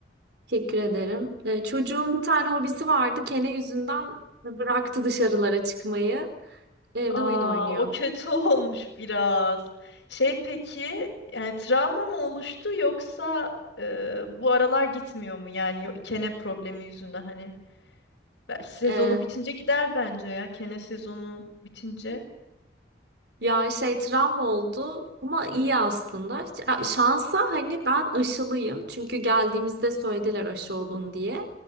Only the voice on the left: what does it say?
Aa,
o kötü <laughs> olmuş biraz. Şey peki, yani travma mı oluştu yoksa e, bu aralar gitmiyor mu? Yani yo- kene problemi yüzünden hani ben- sezonu
bitince gider bence ya. Kene sezonu bitince.